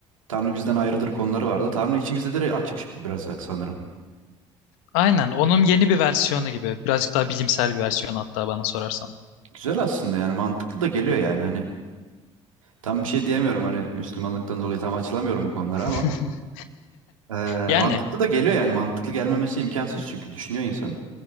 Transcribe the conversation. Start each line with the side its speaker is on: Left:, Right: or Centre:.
Right: Tanrı bizden ayrıdır konuları vardı. Tanrı içimizdedir açmış bu biraz sanırım.
Left: Aynen onun yeni bir versiyonu gibi. Birazcık daha bilimsel bir versiyonu hatta bana sorarsan.
Right: Güzel aslında yani mantıklı da geliyor yani hani tam bir şey diyemiyorum hani Müslümanlıktan dolayı tam açılamıyorum bu konulara
Left: <laughs>
Right: ama eee,
Left: Yani
Right: mantıklı da geliyor yani mantıklı gelmemesi imkansız çünkü düşünüyor insan.